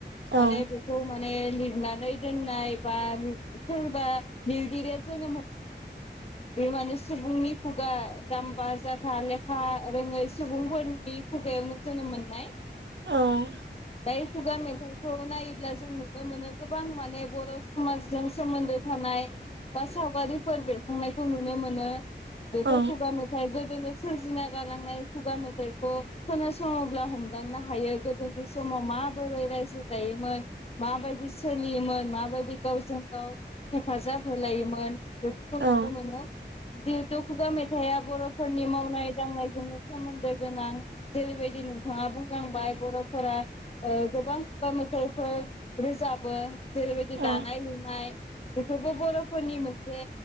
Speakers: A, on the left (about 35°); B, on the right (about 75°).
A: माने
B: औ
A: बेखौ मा ने लिरनानै दोननाय बा लिर सोरबा लिरगिरिया जोनोम बे माने सुबुंनि खुगा जाम्बा जाथा लेखा रोङै सुबुंफोरनि खुगायावनो जोनोम मोननाय
B: औ
A: बे खुगा मेथाइखौ नायोब्ला जों नुनो मोनो गोबां माने बर' समाजजों सोमोनदो थानाय बा सावगारिफोर बे नायखौ नुनो मोनो बेथ'
B: औ
A: खुगा मेथाइ गो गोदो सोरजिना गालांनाय खुगा मेथाइखौ खोनासङोब्ला हमदांनो हायो गोदोनि समाव माबोरै रायजो जायोमोन माबायदि सोलियोमोन माबायदि गावजों गाव हेफाजाब होलायोमोन। <unintelligible>
B: औ
A: मोना जि खुगा मेथाया बर'फोरनि मावनाय दांनाय जोंनो सोमोन्दो गोनां जेरैबायदि नोंथाङा बुंलांबाय बर'फोरा ओ गोबां खुगा मेथफोर रोजाबो जेरैबायदि
B: औ
A: दानाय लुनाय। बेफोरबो बर'फोरनि मोनसे